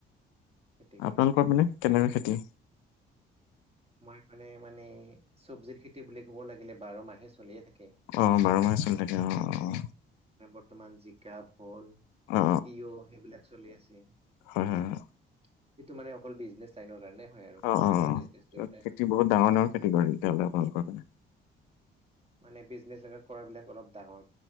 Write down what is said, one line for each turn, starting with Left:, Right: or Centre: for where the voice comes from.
Right: খেতি কৰে।
Left: আপোনালোকৰ মানে কেনেকুৱা খেতি
Right: মই মানে মানে চবজিৰ খেতি বুলি কব লাগিলে বাৰ মাহে চলিয়ে থাকে।
Left: অ বাৰ মাহে চলি থাকে অ অ,
Right: বৰ্তমান জি কা, ফল,
Left: অ অ অ
Right: তিয়ঁহ সেইবিলাক চলি আছে সেইটো
Left: হয় হয় হয়
Right: মানে অকল বিজনেছ লাইনৰ কাৰণে হয় আৰু
Left: অ
Right: ঘৰত
Left: অ
Right: খোৱা বিজনেছ
Left: অ
Right: এটাই
Left: খেতি
Right: হয়
Left: বহুত ডাঙৰ ডাঙৰ খেটি কৰে তেতিয়া হ'লে আপোনালোকৰ ফালে
Right: মানে বিজনেচ লগত কৰা বিলাক অলপ ডাঙৰ